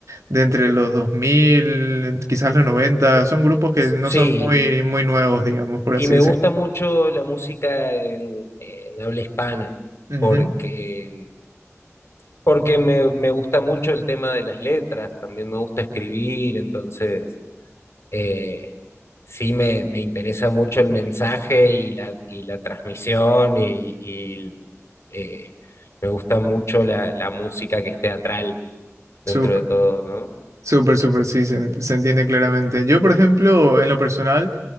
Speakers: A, on the right (about 80°); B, on the left (about 60°).
A: de entre los 2000, quizás los 90, son grupos que
B: Sí,
A: no son muy, muy nuevos, digamos, por
B: y
A: así
B: me
A: decirlo.
B: gusta mucho la música en, en habla hispana,
A: Ujú,
B: porque, porque me, me gusta mucho el tema de las letras, también me gusta escribir, entonces... eh, sí me, me interesa mucho el mensaje y la, y la transmisión y, y, eh, me gusta mucho la, la música que es teatral dentro
A: Súper.
B: de todo, ¿no?
A: Súper, súper, sí, se, en- se entiende claramente. Yo, por ejemplo, en lo personal,